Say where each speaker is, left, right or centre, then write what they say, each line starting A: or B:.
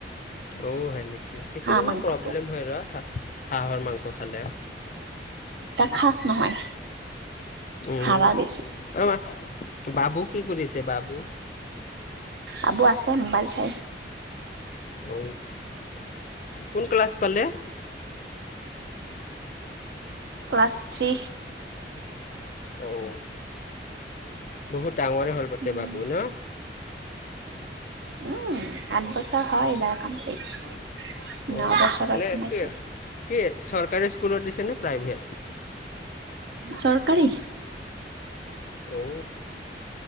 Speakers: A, on the left; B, on the right.
A: অ' হয় নেকি কিছুমানৰ
B: হাঁহ
A: মানে
B: মাংসটো।
A: প্ৰব্লেম হৈ ৰ হাঁহৰ মাংস খালে
B: খাছ নহয়
A: উম
B: হাৰা বেছি।
A: অম বাবু কি কৰি‌ আছে বাবু
B: আাবু আছে মোবাইল চাই
A: অ কোন ক্লাছ পালে
B: ক্লাছ থ্ৰী
A: অঁ বহুত ডাঙৰে হ'ল পাতে
B: উম,
A: বাবু ন
B: উম আঠ বছৰ হয় এইবাৰ কমপ্লিট
A: অ
B: ন বছৰত
A: এনে
B: সোমাইছে।
A: কি কি চৰকাৰী স্কুলত দিছেনে প্ৰাইভেট
B: চৰকাৰী
A: অ